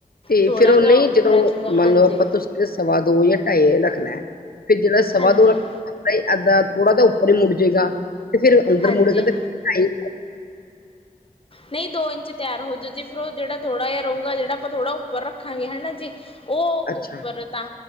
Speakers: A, on the left; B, on the left.
A: ਤੇ
B: ਥੋੜ੍ਹਾ
A: ਫੇਰ ਉਹ
B: ਜਿਹਾ
A: ਨਹੀਂ
B: ਉੱਪਰ
A: ਜਦੋਂ
B: ਆਜੂਗਾ
A: ਮੰਨ
B: ਹਾਂਜੀ
A: ਲਓ ਆਪਾਂ ਤੁਸੀਂ। ਤੇ ਸਵਾ ਦੋ, ਜਾਂ ਢਾਈ ਰੱਖਣਾ ਫੇਰ ਜਿਹੜਾ ਸਵਾ
B: ਹਾਂਜੀ
A: ਦੋ ਰੱਖਣਾ ਨਹੀਂ ਅਦਾਂ, ਪੋੜਾ ਤਾਂ ਉਪਰ ਹੀ ਮੁੜ ਜੇਗਾ ਤੇ ਫੇਰ ਅੰਦਰ
B: ਹਾਂਜੀ
A: ਮੁੜੇਗਾ ਤੇ ਢਾਈ
B: ਨਹੀਂ ਦੋ ਇੰਚ ਤਿਆਰ ਹੋਜੂ ਜੇ ਫੇਰ ਉਹ ਜਿਹੜਾ ਥੋੜਾ ਜਿਹਾ ਰਹੂੰਗਾ ਜਿਹੜਾ ਆਪਾਂ ਥੋੜਾ ਉੱਪਰ ਰੱਖਗੇ ਹਨਾ ਜੀ। ਉਹ
A: ਅੱਛਾ
B: ਉੱਪਰ ਤਾਂ